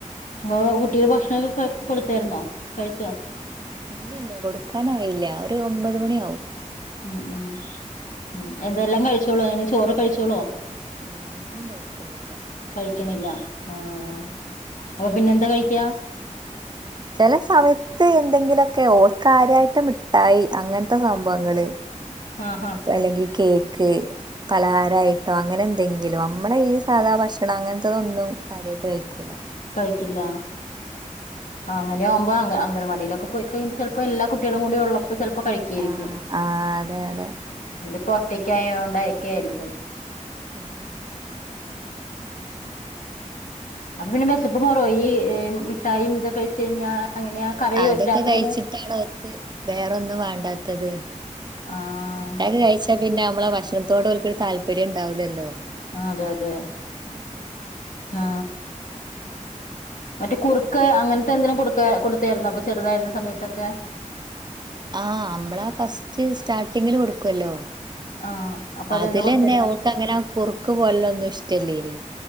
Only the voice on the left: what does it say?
അപ്പൊ കുട്ടിക്ക് ഭക്ഷണൊക്കെ കൊടുത്തായിരുന്നോ കഴിച്ചോ?
ഉം ഉം ഉം എന്താ എല്ലാം കഴിച്ചോളൂവൊ ഇങ്ങനെ ചോറ് കഴിച്ചോളുവോ?
കഴിക്കണില്ല ആഹ് അപ്പൊ പിന്നെ എന്താ കഴിക്കാ?
ആഹാ
കഴിക്കില്ല ആ അങ്ങനെയാവുമ്പ അംഗ അംഗണവാടീലൊക്കെ പോയി കഴിയുമ്പോ ചെലപ്പോ എല്ലാ കുട്ടികളും കൂടി ഉള്ളോ പ്പൊ ചെലപ്പോ കഴിക്കുവാരിക്കും
<unintelligible> ഒറ്റക്കായോണ്ടക്കെയിരിക്കും
അപ്പ പിന്നെ വെശപ്പ് മാറോ ഈ മിഠായീം ഇതൊക്കെ കഴിച്ച് കഴിഞ്ഞാ അങ്ങനെയാ
കരയോ
രാത്രി
ആഹ്
ആ അതെ അതെ ആ മറ്റേ കുറുക്ക് അങ്ങനത്തെ എന്തേലും കൊടുക്ക കൊടുത്തേരുന്നോ അപ്പൊ ചെറുതായിരുന്ന സമയത്തൊക്കെ
ആഹ് അപ്പൊ അതെന്താ
കൊടുത്തിരുന്നെ